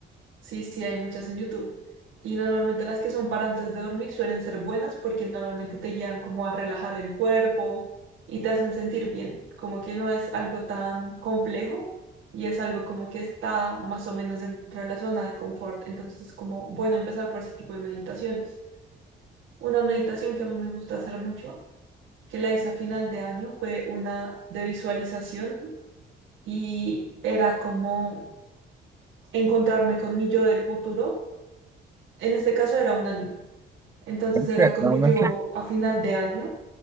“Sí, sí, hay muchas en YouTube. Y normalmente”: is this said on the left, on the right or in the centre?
Right